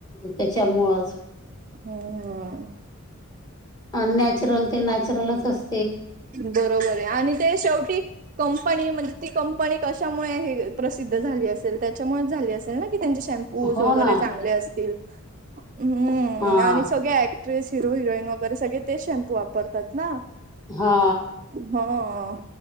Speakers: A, on the left; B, on the right.
A: त्याच्यामुळंच
B: हम्म हम्म
A: अन नॅचरल ते नॅचरलच अस
B: बरोबर हे आणि ते शेवटी. कंपनी म्हणजे ती कंपनी कशामुळे हे प्रसिद्ध झाली असेल त्याच्यामुळेच झाली असेल ना की त्यांची शॅम उस
A: हो
B: वगैरे
A: ना.
B: चांगले असतील हम्म
A: हां,
B: आणि सगळे ॲक ट्रेस हिरो हिरोईन वगैरे सगळे ते शॅम्पू वापरतात ना.
A: हा.
B: हां.